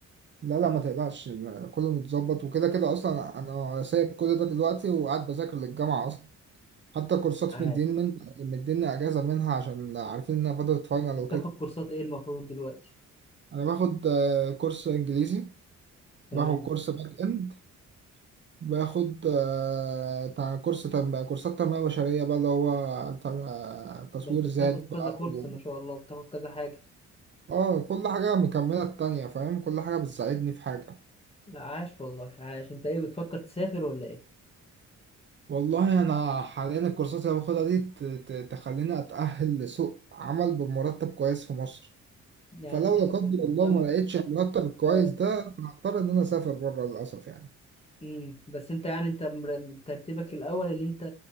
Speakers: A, on the right; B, on the left.
A: لا لا ما تقلقش كله متظبط وكده كده اصلا انا سايب كل ده دلوقتي وقاعد بذاكر للجامعه اصلا حتى كورسات
B: عاش
A: مدين من مديني اجازه منها عشان عارفين انها فتره فاينل
B: بتاخد
A: وكده
B: كورسات ايه المفروض دلوقتي
A: انا باخد آه، كورس انجليزي
B: تمام
A: باخد كورس باك اند باخد آه، بتاع كورس تنمية بقى كورسات تنمية بشرية بقى اللي هو بتاع تصوير
B: ده انت
A: ذات
B: بتاخد كذا
A: بقى
B: كورس
A: و...
B: ما شاء الله بتاخد كذا حاجة
A: اه كل حاجة مكملة التانية فاهم كل حاجة بتساعدني في حاجة
B: لا عاش والله عاش انت ايه بتفكر تسافر ولا ايه
A: والله أنا حاليا الكورسات اللي باخدها دي ت- ت- تخليني أتأهل لسوق عمل بمرتب كويس في مصر
B: يعني
A: فلو
B: انت
A: لا
B: لو
A: قدر الله
B: قدامك
A: ما لقيتش المرتب الكويس
B: اه
A: ده فهضطر إن أنا أسافر بره للأسف يعني
B: امم بس انت يعني انت مر- ترتيبك الاول ان انت